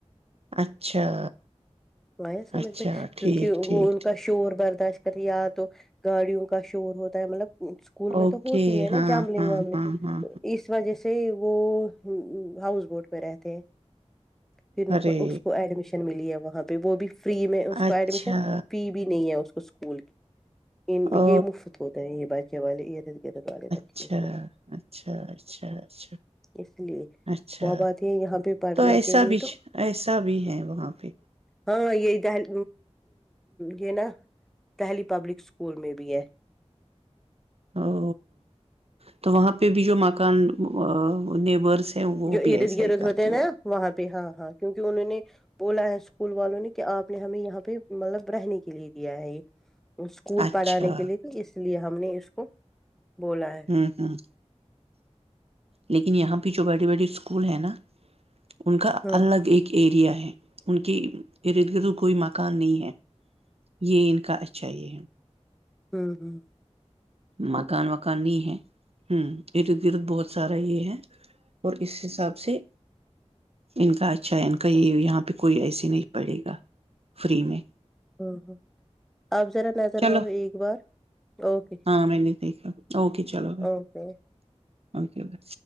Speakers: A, on the right; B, in the centre.
A: اچھا
B: وہیا سمجھ
A: اچھا
B: میں
A: ٹھیک
B: کیونکہ
A: ٹھیک
B: وہ ان
A: ٹھیک
B: کا شور بر ج کر یا تو گاڑیوں کا شور ہوتا ہے مطلب اسکول
A: اوکے
B: میں تو ہوتی ہے نا
A: ہاں
B: شل
A: ہاں
B: وامل
A: ہاں ہاں
B: تو اس وجہ سے ج سے وہ ہاؤس بوٹ پہ رہتے ہیں پھر ان
A: ارے
B: کو اس کو ایڈمیشن ملی وہاں پہ وہ بھی فری میں اس کو
A: اچھا
B: ایڈمیشن فی بھی نہیں ہے اس کو اس اسکول کی ان
A: او
B: یہ مفت ہوتا ہے یہ بچے والے ارد گرد والے بچے
A: اچھا
B: ہوں۔
A: اچھا اچھا اچھا
B: اس لیے
A: اچھا
B: وہ بات ہے یہاں پہ پڑھنے
A: تو ایسا
B: کے لیے
A: بھی
B: تو
A: ایسا بھی ہے وہاں پہ
B: ہاں یہ دہل یہ نا دہلی پبلک اسکول میں بھی ہے
A: او تو وہاں پہ بھی جو مکان نیبرس ہیں وہ
B: جو
A: بھی
B: ارد
A: ایسا
B: گرد
A: ہی کرتی
B: ہوتے ہیں
A: ہوں
B: نا وہاں پہ پ ہاں ہاں کیونکہ انہوں نے بولا ہے اسکول والوں نے کہ آپ نے ہمیں یہاں پہ مطلب رہنے کے لیے دیا ہے یہ اسکول
A: گے۔ اچھا
B: پڑھانے کے لیے تو اس لیے ہم نے اس کو بولا ہے
A: ہوں ہوں لیکن یہاں پر بھی جو بڑی بڑی اسکول ہیں نا ان کا
B: ہاں
A: الگ ایک ایریا ہے <unintelligible> ان کے ارد گرد کوئی مکان نہیں ہے یہ ان کا اچھا یہ ہے
B: ہوں ہوں
A: مکان وکان نہیں ہے ہوں ارد گرد بہت سارا یہ ہے اور اس حساب سے ان کا اچھا ہے ان کا یہ یہاں پہ کوئی ایسے نہیں پڑے گا فری میں
B: ہاں ہاں آپ جذرا نظر
A: چلو
B: مارو ایک بار اوکے
A: ہاں میں نے دیکھا اوکے چلو
B: اوکے
A: اوکے بائی